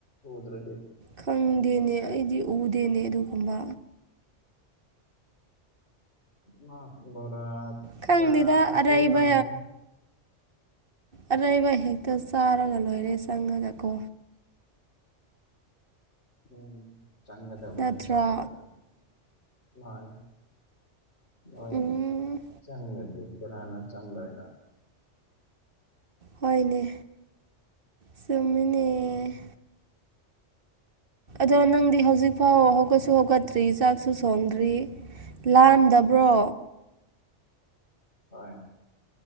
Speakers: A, on the left; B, on the right.
A: ꯎꯗ꯭ꯔꯗꯤ
B: ꯈꯪꯗꯦꯅꯦ ꯑꯩꯗꯤ ꯎꯗꯦꯅꯦ ꯑꯗꯨꯒꯨꯝꯕ
A: ꯃꯥ ꯕꯣꯔꯥ
B: ꯈꯪꯗꯦꯗ
A: ꯆꯥ
B: ꯑꯔꯩꯕ
A: ꯁꯦꯝꯃꯝꯕꯅꯦ
B: ꯑꯔꯩꯕ ꯍꯦꯛꯇ ꯆꯥꯔꯒ ꯂꯣꯏꯔꯦ ꯆꯪꯉꯒ ꯀꯣ
A: ꯎꯝ ꯆꯪꯒꯗꯕꯅꯤ
B: ꯅꯠꯇ꯭ꯔꯣ
A: ꯆꯪꯒꯗꯕꯅꯤ ꯃꯥꯟꯅꯤ ꯅꯣꯏ
B: ꯎꯝ
A: ꯆꯪꯗꯔꯗꯤ ꯀꯅꯥꯅ ꯆꯪꯗꯣꯏꯅꯣ
B: ꯍꯣꯏꯅꯦ ꯆꯨꯝꯃꯤꯅꯦ ꯑꯗꯣ ꯅꯪꯗꯤ ꯍꯧꯖꯤꯛ ꯐꯥꯎ ꯍꯧꯒꯠꯁꯨ ꯍꯧꯒꯠꯇ꯭ꯔꯤ ꯆꯥꯛꯁꯨ ꯊꯣꯡꯗ꯭ꯔꯤ ꯂꯝꯗꯕ꯭ꯔꯣ
A: ꯍꯣꯏ